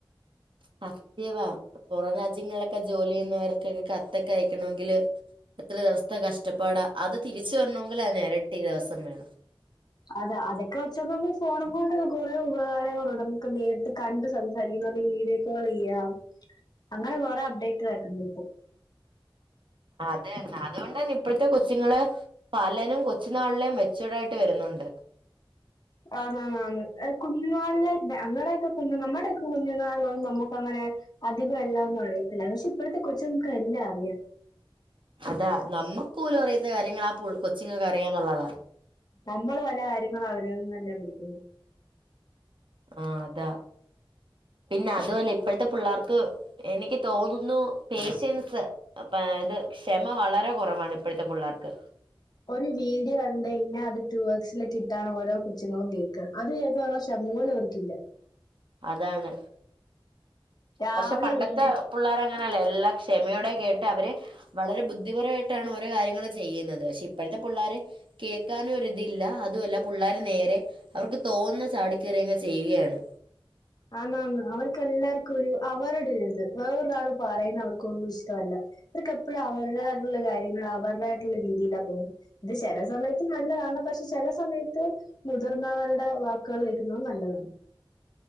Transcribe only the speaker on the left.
അതാ അതൊക്കെ വെച്ചക്കുമ്പോ ഫോണും കൊണ്ടുള്ള കുറെ ഉപകാരങ്ങളുണ്ട് നമുക്ക് നേരിട്ട് കണ്ട് സംസാരിക്കുന്ന വീഡിയോ കോളിയ്യാം അങ്ങനെ കുറെ അപ്ഡേറ്റ് ആയിണ്ട് ഇപ്പ.
ആഹ് ആഹ് കുഞ്ഞുനാളിലെ അങ്ങടെക്കെ കുഞ്ഞു നമ്മുടെക്കെ കുഞ്ഞുനാളോ നമുക്ക് അങ്ങനെ. അധികം എല്ലാന്നും അറിയത്തില്ല പക്ഷെ ഇപ്പോഴത്തെ കൊച്ചുങ്ങൾക്ക് എല്ലാം അറിയാം.
നമ്മൾ പല കാര്യങ്ങളും അവരി നിന്ന് തന്നെ പിടിക്കുന്നു.
ഒരു വീഡിയോ കണ്ട കഴിഞ്ഞാ അത് ടു എക്സിലിട്ടിടാണ് ഓരോ കൊച്ചുങ്ങളും കേൾക്കുക അത് കേൾക്ക. സ മോൾക്ക്ൾ അവർകില്ല.
രാവിലെ
എഴുന്നേറ്റ്
ആന്ന് ആന്ന് അവർക്കെല്ലാർക്കും ഒരു അവരുടെ ഇത് വേറൊരാള് പറയുന്ന അവർക്കൊന്നും ഇഷ്ടവല്ല അവർക്കെപ്പോഴും അവരുടെതായിട്ടുള്ള കാര്യങ്ങള് അവരുടെതായിട്ടുള്ള രീതിയിലാ പോവുന്നത്. ഇത് ചെലസമയത്ത് നല്ലതാണ് പക്ഷെ ചെലസമയത്ത്. മുതിർന്നവരുടെ വാക്കുകൾ കേക്കുന്നത് നല്ലതാണ്.